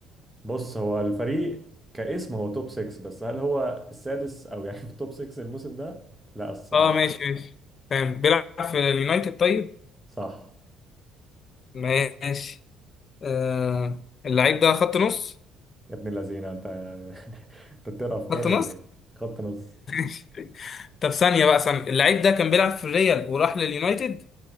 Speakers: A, in the centre; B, on the left.
A: بص هو الفريق كاسم هو توب 6 بس هل هو السادس او يعني <laughs> في التوب 6 الموسم ده لا الصراحة
B: اه ماشي ماشي فاهم بيلعب في اليونايتد طيب
A: صح
B: ماشي آه اللعيب ده خط نص
A: يا ابن اللذينه انت <laughs> انت بتقرا افكاري
B: خط نص
A: ولا ايه؟ خط نص
B: <laughs> طب ثانية بقى ثانية اللعيب ده كان بيلعب في الريال وراح لليونايتد